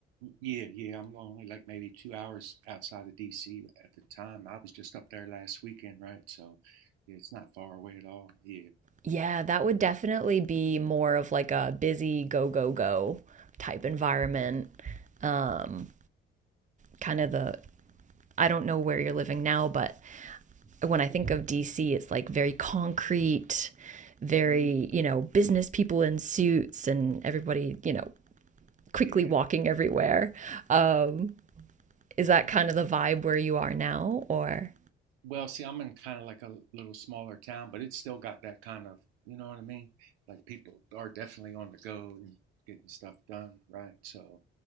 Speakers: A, on the right; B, on the right.
A: Yeah, yeah. I'm only like maybe two hours outside of DC at the time. I was just up there last weekend, right? So yeah, it's not far away at all. Yeah.
B: Yeah, that would definitely be more of like a busy go go go type environment. Um kind of the I don't know where you're living now, but when I think of DC, it's like very concrete, very,
A: Mm,
B: you know, business people in suits and everybody, you know, quickly
A: yeah.
B: walking everywhere. Um, is that
A: Mm.
B: kind of the vibe where you are now? Or,
A: Well, see, I'm in kind of like a little smaller town, but it's still got that kind of, you know what I mean? Like people are definitely on the go and getting stuff done, right? So,